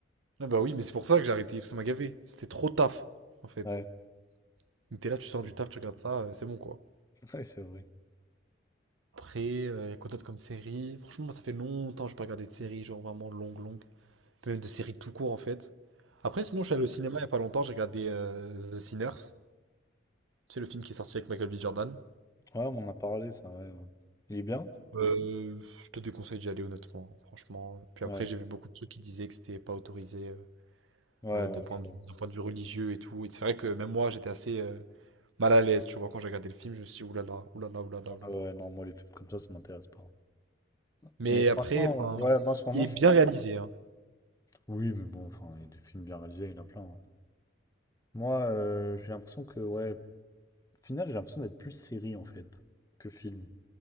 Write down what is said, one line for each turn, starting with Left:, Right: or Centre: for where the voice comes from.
Right: Ah bah oui, mais c'est pour ça que j'ai arrêté, parce que ça m'a gavé. C'était trop taf, en fait.
Left: Ouais,
Right: Donc t'es là, tu sors
Left: c'est
Right: du
Left: vrai.
Right: taf, tu regardes ça, euh, c'est bon, quoi.
Left: <laughs> Ouais, c'est vrai.
Right: Après, il y a quoi d'autre comme série? Franchement, moi, ça fait longtemps que j'ai pas regardé de série, genre vraiment longue, longue. Puis Même de séries tout court en fait. Après, sinon, je suis allé au cinéma il n'y a pas longtemps, j'ai regardé euh, The Sinners. C'est le film qui est sorti avec Michael B. Jordan.
Left: Ouais, on en a parlé, ça. ouais, ouais. Il est bien?
Right: Euh, je te déconseille d'y aller honnêtement, franchement. Puis
Left: Ouais.
Right: après, j'ai vu beaucoup de trucs qui disaient que c'était pas autorisé euh,
Left: Ouais,
Right: euh, de
Left: ouais.
Right: point
Left: je
Right: de, d'un point de vue religieux et tout. Et c'est vrai que même moi, j'étais assez euh, mal à l'aise, tu vois, quand j'ai regardé le film, je me suis dit oulala, oulala, oulala,
Left: Ouais,
Right: oulala.
Left: ouais, non, moi, les films comme ça, ça m'intéresse pas.
Right: Mais
Left: Mais franchement,
Right: après, enfin,
Left: ouais, moi, en ce moment,
Right: il est
Left: je
Right: bien
Left: suis plus.
Right: réalisé, hein.
Left: Oui, mais bon, enfin, il y a des films bien réalisés, il y en a plein. hein. Moi, euh, j'ai l'impression que, ouais, au final, j'ai l'impression d'être plus série, en fait, que film,